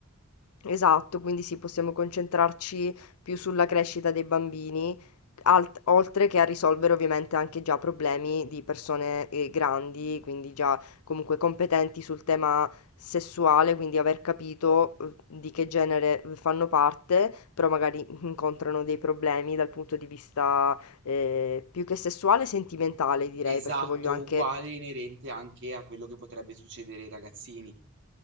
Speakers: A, on the left; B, on the right.
A: Esatto, quindi sì, possiamo concentrarci più sulla crescita dei bambini, alt- oltre che a risolvere ovviamente anche già problemi di persone eh, grandi, quindi già comunque competenti sul tema sessuale, quindi aver capito eh, di che genere fanno parte, però magari incontrano dei problemi dal punto di vista eh, più che sessuale, sentimentale direi,
B: esatto,
A: perché voglio anche
B: uguale, inerente anche a quello che potrebbe succedere ai ragazzini.